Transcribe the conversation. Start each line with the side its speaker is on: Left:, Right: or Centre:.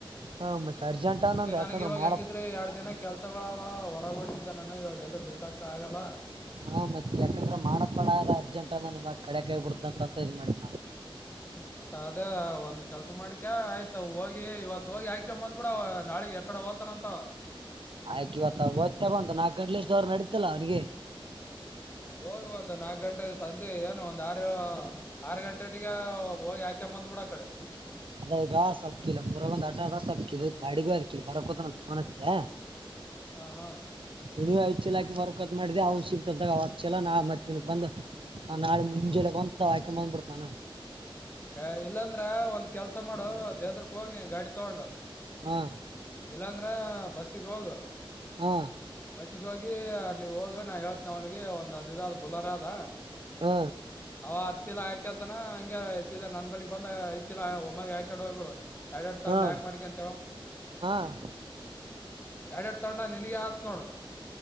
Right: ಹಾ ಮತ್ ಅರ್ಜೆಂಟ್
Left: ಅದಕ್ಕೆ
Right: ಅನ್ನಂದ್
Left: ನನ್ಗ್
Right: ಯಾಕಂದ್ರ
Left: ಇವಾಗ
Right: ಮಾಡಪ್
Left: ಹೆಂಗಿದ್ರೆ ಎರಡ್ ದಿನ ಕೆಲ್ಸಗಳ ಅವ ಹೊರಗಂಟಿದ್ದೆ ನಾನು ಇವಾಗೆಲ್ಲ ಬಿತ್ತಾಕ ಆಗಲ್ಲ
Right: ಹಾ ಮತ್ತೆ ಯಾಕಂದ್ರ ಮಾಡಕ್ಪಡ ಅರ್ಜೆಂಟ್ ಅನ್ ಮ ಕಡೆ ಕಾಯ ಬಿಡ್ದ ಅಂತಂತ ಇದ್ ಮಾಡಿದ ನಾವು
Left: ಹ್ಮ್ ಮತ್ತ ಅದೇ ಒಂದ್ ಕೆಲಸ ಮಾಡ್ಕೆ ಆಯ್ತ ಹೋಗಿ ಇವತ್ತು ಹೋಗಿ ಆಕ್ಕೊಂಡ್ ಬಂದ್ಬ ಬಿಡ ಅವ ನಾಳಿಗೆ ಇಕಡೆ ಹೋತನಂತ
Right: ಆಯ್ಕ್ ಇವತ್ತ ಓದ್ತ ಬಂತ ನಾಕು ಗಂಟ್ಲೆ ಇಷ್ಟ ಅವರ ನಡತಲ್ಲ ಅವನಿಗೆ
Left: ಹೋಗಿ ಒಂದು ನಾಕು ಗಂಟೆ ಸಂಜೆ ಏನು ಒಂದ ಆರು ಆರು ಗಂಟೆಅನೋಟಗೆ ಹೋಗಿ ಆಕೊಂಡ ಬಂದ್ಬಿಟ್ ಕಡೆ
Right: ಅದ ಈಗ ಸ್ವಲ್ಪ ಕಿಲ್ಲ ಮುರ ಒಂದ್ ಆಟ ಅದ ಸ್ವಲ್ಪ್ ಕಲ್ ಬಾಡಿಗೂ ಅದ ಕಿಲ್ಲ ಬರ ಕೂತ ಪೋನ್ ಹಚ್ ತಿಯಾ
Left: ಹ ಹಾ
Right: ಎಲ್ಲಿ ಆಯಚೆಲ್ಲ ಮರ ಕತ್ ಮಾಡಿದೆ ಅವ್ ಸಿಗ್ತಲ್ದಾಗ ಅವ ಚಲ ನಾ ಮತ್ತಿನಗ್ ಬಂದ ಹ ನಾಳೆ ಮುಂಜೆಲ್ಲ ಬಂತ ಆಯ್ಕೊಂಡ್ ಬಂದ್ ಬಿಡ್ತ ನಾನ
Left: ಅ ಇಲ್ಲಾಂದ್ರ ಒಂದ್ ಕೆಲ್ಸ ಮಾಡು ದೇವ ದುರ್ಗಕ್ಕೆ ಹೋಗ ನೀ ಗಾಡಿ ತಗೊಂಡ
Right: ಹಾ
Left: ಇಲ್ಲಾಂದ್ರ ಬಸ್ಸಿಗೆ ಹೋಗ
Right: ಹಾ
Left: ಬಸ್ಸಿಗೆ ಹೋಗ ಅಲ್ಲಿ ಹೋಗ ನಾ ಹೇಳ್ತನ ಅವನಿಗೆ ಒಂದ್ ಅದ ಇದ ಅ ಬುಲೆರ್ ಅದ
Right: ಹಾ
Left: ಅವ ಹತ್ತಲ ಆಕೆಂತಾನ ಹಂಗೆ ಇ ನನ್ ಬಳಿ ಬಂದ ಇಲ್ಲಾ ಒಮ್ಮೆಲ್ ಹಾಕೊಂಡ್ ಹೋಗ್ಬಿಡು ಎಡಡ್ ತಗೊಂಡ
Right: ಹಾ
Left: ಯಾಕ ಮಾಡ್ಕಂತವ
Right: ಹಾ
Left: ಎಡಡ್ ತಗೊಂಡ ನೀ ನಿಗೆ ಆತ್ ನೋಡ